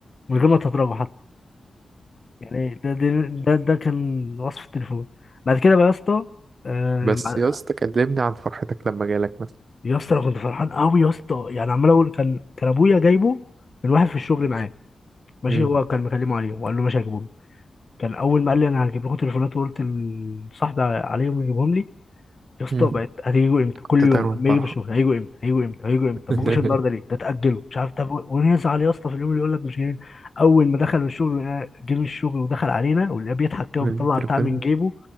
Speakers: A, on the left (about 45°); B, on the right (about 60°).
A: من غير ما تضربه حتى يعني ده ده ده, ده كان وصف التليفون بعد كده بقى يا اسطى آه،
B: بس
A: مع-
B: يا اسطى كلمني عن فرحتك لما جالك مثلا
A: يا اسطى انا كنت فرحان قوي يا اسطى يعني عمال اقول كان كان ابويا جايبه من واحد في الشغل معاه ماشي
B: مم.
A: هو كان مكلمه عليه وقال له ماشي هجيبه كان اول ما قال لي انا هجيب لكم تليفونات وقلت لصاحبي عليهم يجيبهم لي يا اسطى
B: مم.
A: بقت هتيجوا امتى
B: كنت
A: كل يوم
B: طاير من الفرحة
A: اما يجي بشوف هيجوا امتى هيجوا امتى هيجوا امتى
B: <laughs>
A: طب ما جوش النهارده ليه ده اتاجلوا مش عارف طب ونزعل يا اسطى في اليوم اللي يقول لك مش جايين اول ما دخل الشغل ولقينا- جه من الشغل ودخل علينا ولقاه بيضحك كده
B: من
A: وبيطلع
B: التليفون
A: بتاع من جيبه